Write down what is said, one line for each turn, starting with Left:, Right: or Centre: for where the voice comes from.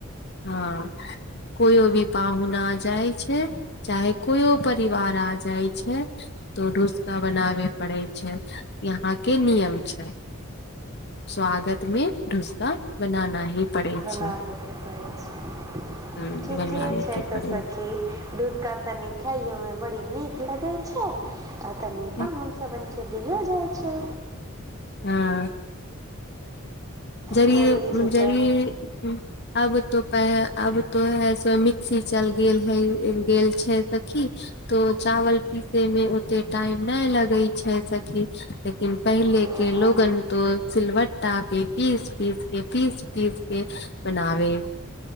Left: हँ कोइयो भी पाहुन आ जाइ छै चाहे कोयो परिवार आ जाइ छै तो डूसका बनाबे पड़ै छै यहाँ के नियम छै स्वागत मे ढुसाका बनाना ही पड़ै
Right: बनाहेयके
Left: छै
Right: पड़ै छै
Left: ह
Right: ठीके
Left: बनाबे
Right: छै
Left: के
Right: तऽ
Left: पड़ै
Right: सखी ढुसका तनी खाइयो मे बड़ी निक लगै छै आ तनि
Left: छै
Right: पाहुन सब के भी हो जाय छै
Left: हँ जरीई
Right: बड़ी जे
Left: जरीई
Right: तऽ
Left: आब तो पै आब तो ऐसा मिक्सी चल गेल होय चल गेल छै सखी तो चावल पीसै मे ओते टाइम नय लगै छै सखी लेकिन पहिले
Right: जे
Left: के
Right: हँ
Left: लोगन तो सिल्वट्टा पे पीस पीस के पीस पीस के बनावे